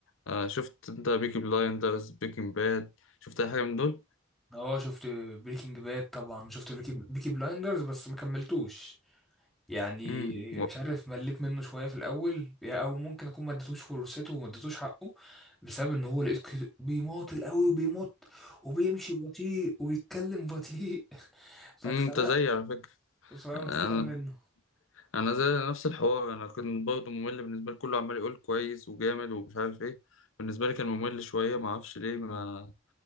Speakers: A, on the left; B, in the centre.
A: آه شفت انت بيكي بلايندرز بيكنج باد شفت اي حاجه من دول
B: اه شفت بريكنج باد طبعا شفت بيكي بلايندرز بس ما كملتوش يعني
A: امم
B: مش عارف مليت منه شويه في الاول يا- او ممكن اكون ما اديتوش فرصته وما اديتوش حقه بسبب ان هو لقيت كده بيماطل قوي وبيمط وبيمشي بطيء ويتكلم بطيء <laughs> فاتخنقت
A: انت زيي على فكره
B: فقمت
A: انا
B: طالع منه
A: انا زي نفس الحوار انا كنت برضه ممل بالنسبه لي كله عمال يقول كويس وجامد ومش عارف ايه بالنسبه لي كان ممل شويه ما اعرفش ليه ما